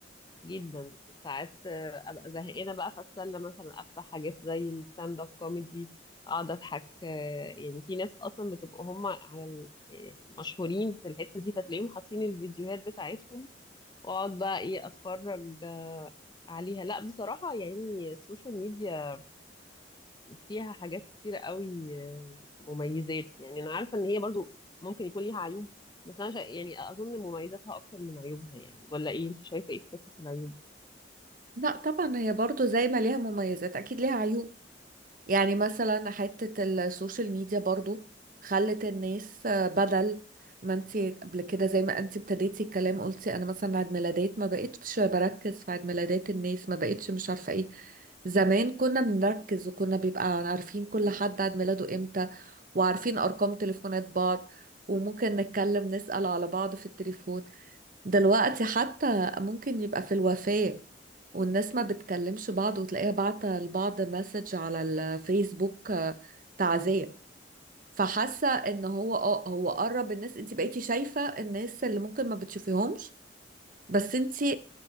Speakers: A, on the left; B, on the right.
A: جدا ساعات آه، أبقى زهقانة بقى فأتسلى مثلا أفتح حاجات زي الستاند أب كوميدي أقعد أضحك آه، يعني في ناس أصلا بتبقى هم على ال- آه، مشهورين في الحتة دي فتلاقيهم حاطين الفيديوهات بتاعتهم واقعد بقى ايه اتفرج عليها لا بصراحة يعني السوشيال ميديا فيها حاجات كتيرة قوي آه، مميزات يعني أنا عارفة إن هي برضو ممكن يكون ليها عيوب بس أنا شا... يعني أظن مميزاتها أكتر من عيوبها يعني ولا إيه أنت شايفة إيه في حتة العيوب؟
B: لا طبعا هي برضو زي ما ليها مميزات اكيد ليها عيوب يعني مثلا حتة السوشيال ميديا برضو خلت الناس آه، بدل ما انتي قبل كده زي ما انتي ابتديتي الكلام قلتي انا مثلا عيد ميلادات ما بقتش بركز في عيد ميلادات الناس ما بقتش مش عارفة ايه زمان كنا بنركز وكنا بيبقى عارفين كل حد عيد ميلاده امتى وعارفين ارقام تليفونات بعض وممكن نتكلم نسأل على بعض في التليفون دلوقتي حتى ممكن يبقى في الوفاة والناس ما بتكلمش بعض وتلاقيها بعتة لبعض مسج على الفيسبوك آه، تعزية فحاسة ان هو اه هو قرب الناس انت بقيتي شايفة الناس اللي ممكن ما بتشوفيهمش بس انت